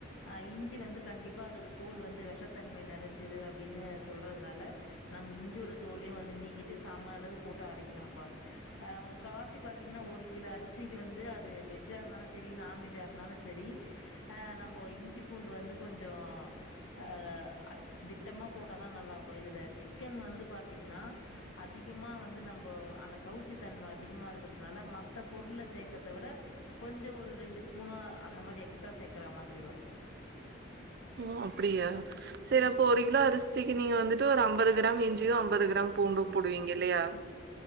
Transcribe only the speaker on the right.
ஓ அப்டியா சேரி அப்போ ஒரு கிலோ அரிசிக்கு நீங்க வந்துட்டு ஒரு அம்பது கிராம் இஞ்சியும் அம்பது கிராம் பூண்டும் போடுவீங்க இல்லையா